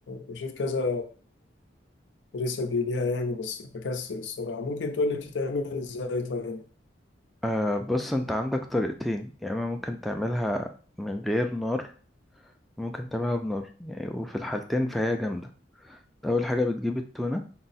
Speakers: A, on the left; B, in the centre.
A: بشوف كذا ريسبي ليها يعني بس بكسل الصراحة ممكن تقولي بتتعمل ازاي طيب
B: آه بص انت عندك طريقتين يا اما ممكن تعملها من غير نار ممكن تعملها بنار يعني وفي الحالتين فهي جامدة اول حاجة بتجيب التونة